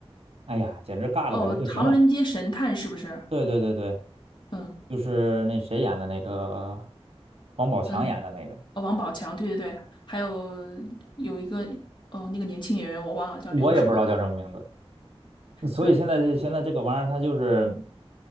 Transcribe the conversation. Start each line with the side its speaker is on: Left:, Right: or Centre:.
Right: 哎呀，简直尬的我都不行了。
Left: 哦，《唐人街神探》是不是？
Right: 对对对对，
Left: 嗯
Right: 就是那谁演的那个，王宝强演的那个，
Left: 嗯，呃王宝强，对对对，还有有一个哦，那个年轻演员我忘了叫刘什么。
Right: 我也不知道叫什么名字。所以现在这现在这个玩意儿，
Left: 对，
Right: 它就是